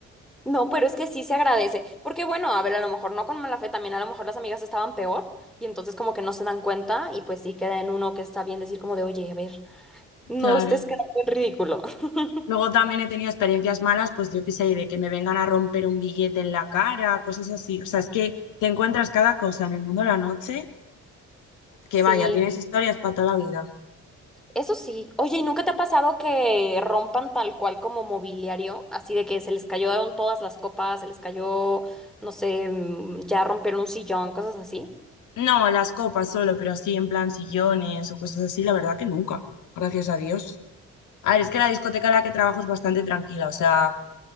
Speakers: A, in the centre; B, on the left.
A: No, pero es que sí se agradece, porque bueno, a ver, a lo mejor no con mala fe, también a lo mejor las amigas estaban peor y entonces como que no se dan cuenta y pues sí queda en uno que está bien decir como de, oye, a ver, no
B: Claro.
A: estés quedando en ridículo. <laughs>
B: Luego también he tenido experiencias malas, pues yo qué sé, de que me vengan a romper un billete en la cara, cosas así. O sea, es que te encuentras cada cosa en el mundo de la noche, que
A: Sí.
B: vaya, tienes historias para toda la vida.
A: Eso sí. Oye, ¿y nunca te ha pasado que rompan tal cual como mobiliario? Así de que se les cayeron todas las copas, se les cayó, no sé, mm, ya rompieron un sillón, cosas así.
B: No, las copas solo, pero así en plan sillones o cosas así, la verdad que nunca, gracias a Dios. A ver, es que la discoteca en la que trabajo es bastante tranquila, o sea,